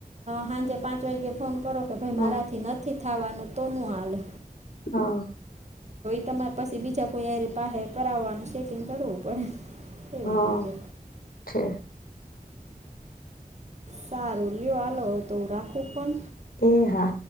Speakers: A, on the right; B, on the left.
A: સાંજે પાંચ વાગ્યે ફોન કરો કે ભાઈ
B: હા
A: મારાથી નથી થવાનું તોનું હલે
B: હા
A: તમારે પછી બીજા કોઈ કરાવવાનું સેટિંગ કરવું પડે એવી
B: હા
A: રીતે
B: છે
A: સારું લિ હાલો તો હું રાખું પણ
B: એ હા